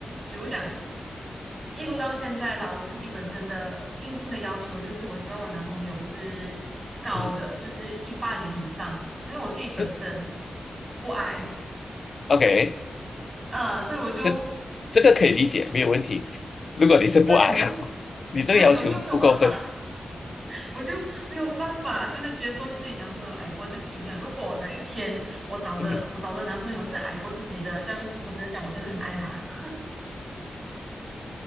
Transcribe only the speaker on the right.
比如讲一路到现在啦，我自己本身的硬性的要求就是，我希望我男朋友是高的，
就是一八零以上，因为我自己本身
不矮，
啊，所以我就
对我就
<laughs>
对我就没有办法。我就没有办法，就是接受自己男朋友矮过自己。我想，如果哪一天我找的我找的男朋友是矮过自己的，
这样我只能讲我真的很爱他。<laughs>